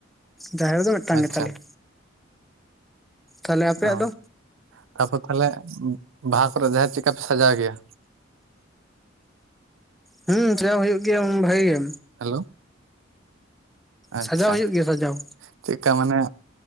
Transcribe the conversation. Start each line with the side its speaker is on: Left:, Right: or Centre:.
Centre: ᱡᱟᱦᱮᱨ ᱫᱚ ᱢᱤᱫᱴᱟᱝ
Right: ᱟᱪᱪᱷᱟ
Centre: ᱜᱮ ᱛᱟᱞᱮᱭᱟ ᱛᱟᱦᱚᱞᱮ ᱟᱯᱮᱭᱟᱜ
Right: ᱚ
Centre: ᱫᱚ?
Right: ᱛᱟᱯᱚᱨ ᱛᱟᱦᱚᱞᱮ ᱵᱟᱦᱟ ᱠᱚᱨᱮ ᱡᱟᱦᱮᱨ ᱪᱮᱫᱠᱟ ᱯᱮ ᱥᱟᱡᱟᱣ ᱜᱮᱭᱟ?
Centre: ᱦᱩᱸ ᱥᱟᱡᱟᱣ ᱦᱩᱭᱩᱜ ᱜᱮᱭᱟ ᱵᱷᱟᱹᱜᱤ ᱜᱮ
Right: ᱦᱮᱞᱳ ᱟᱪᱷᱟ
Centre: ᱥᱟᱡᱟᱣ ᱦᱩᱭᱩᱜ ᱜᱮᱭᱟ ᱥᱟᱡᱟᱣ
Right: ᱪᱮᱫ ᱠᱟ ᱢᱟᱱᱮ